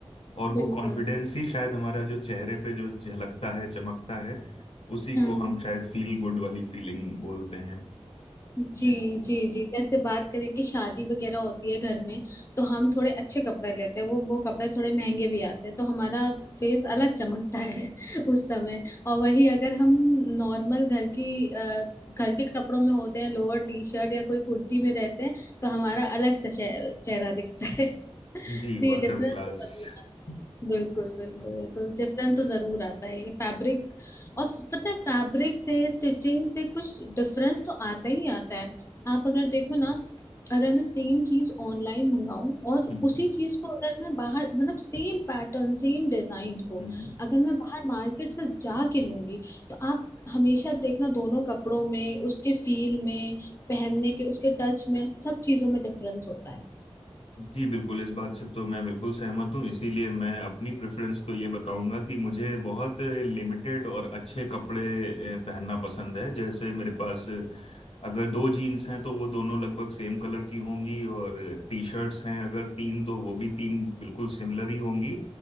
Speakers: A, on the left; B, on the left.
A: और वो
B: बिल्कुल
A: कॉन्फिडेंस ही शायद हमारा जो चेहरे पे जो झलकता है चमकता है उसी को
B: हाँ
A: हम शायद फील गुड वाली फीलिंग बोलते हैं
B: जी
A: जी
B: जी जी जैसे बात करें कि शादी वगैरह होती है घर में तो हम थोड़े अच्छे कपड़े लेते हैं वो वो कपड़े थोड़े महंगे भी आते हैं तो हमारा फेस अलग चमकता है <laughs> उस समय और वही अगर हम नॉर्मल घर की अ, घर के कपड़ों में होते हैं लोअर टी शर्ट या कोई कुर्ती में रहते हैं तो हमारा अलग सा चेह- चेहरा दिखता है
A: जी
B: तो ये
A: वर्कर
B: डिफरेंस
A: क्लास
B: तो जरूर आता
A: <laughs>
B: है बिल्कुल
A: हम्म
B: बिल्कुल बिल्कुल डिफरेंस तो जरूर आता है ये फैब्रिक और पता है फैब्रिक से स्टिचिंग से कुछ डिफरेंस तो आता ही आता है आप अगर देखो ना अगर मैं सेम चीज ऑनलाइन मंगाऊं और
A: हम्म
B: उसी चीज को अगर मैं बाहर मतलब सेम पैटर्न सेम डिजाइन को
A: हम्म हम्म।
B: अगर मैं बाहर मार्केट से जाके लूंगी तो आप हमेशा देखना दोनों कपड़ों में उसके फील में पहनने के उसके टच में सब चीजों में डिफरेंस होता
A: जी बिल्कुल इस बात से तो मैं बिल्कुल सहमत हूँ इसीलिए मैं अपनी प्रेफरेंस तो ये बताऊंगा कि मुझे बहुत लिमिटेड और अच्छे कपड़े अ, पहनना पसंद है जैसे मेरे पास अगर दो जीन्स हैं तो वो दोनों लगभग सेम कलर की होंगी और टी शर्ट्स हैं अगर तीन तो वो भी तीन बिल्कुल सिमिलर ही होंगी